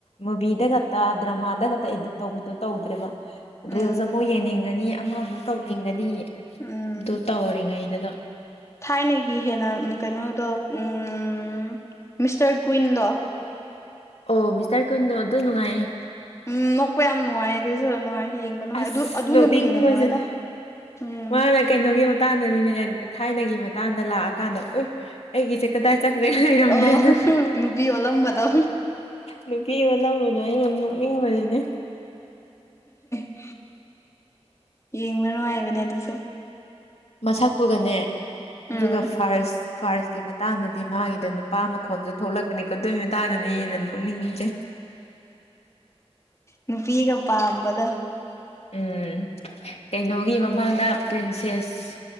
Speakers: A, on the left; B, on the left.
A: ꯃꯨꯚꯤꯗ ꯈꯛꯇ ꯗ꯭ꯔꯃꯥꯗ ꯈꯛꯇ ꯏꯗꯤꯠ ꯇꯧꯕꯗꯨꯣ ꯇꯧꯗ꯭ꯔꯦꯕ
B: ꯎꯝ
A: ꯗ꯭ꯔꯤꯜꯁ ꯑꯃꯨꯛ ꯌꯦꯡꯅꯤꯡꯒꯅꯤ ꯑꯃ ꯑꯃꯨꯛ ꯇꯧꯅꯤꯡꯒꯅꯤ
B: ꯎꯝ
A: ꯑꯗꯨ ꯇꯧꯔꯤꯉꯩꯗꯨꯗ
B: ꯊꯥꯏꯅꯒꯤ ꯍꯦꯟꯅ ꯀꯩꯅꯣꯗꯣ ꯎꯝ ꯃꯤꯁꯇꯔ ꯀꯨꯏꯟꯗꯣ
A: ꯑꯣ ꯃꯤꯁꯇꯔ ꯀꯨꯏꯟꯗꯣ ꯑꯗꯨ ꯅꯨꯡꯉꯥꯏꯌꯦ
B: ꯎꯝ ꯅꯣꯛꯄ ꯌꯥꯝ ꯅꯨꯡꯉꯥꯏ ꯑꯗꯨꯁꯨ ꯅꯨꯡꯉꯥꯏ ꯌꯦꯡꯕ ꯅꯨꯡꯉꯥꯏ
A: ꯑꯁ
B: ꯑꯗꯨ ꯑꯗꯨꯅꯕꯨ
A: ꯅꯣꯛꯅꯤꯡꯉꯁꯤꯅꯦ
B: ꯍꯦꯟꯅ ꯅꯨꯡꯉꯥꯏꯗ ꯎꯝ
A: ꯃꯥꯅ ꯀꯩꯅꯣꯒꯤ ꯃꯇꯥꯡꯗꯅꯤꯅꯦ ꯊꯥꯏꯅꯒꯤ ꯃꯇꯥꯡꯗ ꯂꯥꯛꯑꯀꯥꯟꯗ ꯑꯣ ꯑꯩꯒꯤꯁꯦ ꯀꯗꯥꯏ ꯆꯀ꯭ꯔꯦ ꯂꯩꯔꯝꯗ꯭ꯔꯦ
B: ꯑꯣ
A: ꯅ
B: ꯅꯨꯄꯤ ꯑꯣꯜꯂꯝꯕꯗꯣ
A: ꯅꯨꯄꯤ ꯑꯃ ꯂꯧꯕꯗꯣ ꯑꯩꯅ ꯑꯗꯨꯝ ꯅꯣꯛꯅꯤꯡꯕꯕꯁꯤꯅꯦ
B: <unintelligible> ꯌꯦꯡꯕ ꯅꯨꯡꯉꯥꯏꯕꯅꯦ ꯑꯗꯨꯁꯨ
A: ꯃꯁꯛꯇꯨꯒꯅꯦ ꯑꯗꯨꯒ
B: ꯎꯝ
A: ꯐꯥꯔꯁ ꯐꯥꯔꯁꯀꯤ ꯃꯇꯥꯡꯗꯗꯤ ꯃꯥꯒꯤꯗꯣ ꯅꯨꯄꯥ ꯃꯈꯣꯟꯁꯨ ꯊꯣꯛꯂꯛꯀꯅꯤ ꯀꯗꯣꯏ ꯇꯥꯅꯅꯦ ꯍꯦꯟꯅ ꯅꯣꯛꯅꯤꯡꯁꯦ
B: ꯅꯨꯄꯤꯒ ꯄꯥꯝꯕꯗꯣ
A: ꯎꯝ ꯀꯩꯅꯣꯒꯤ ꯃꯃꯥꯡꯗ ꯄ꯭ꯔꯤꯟꯁꯦꯁ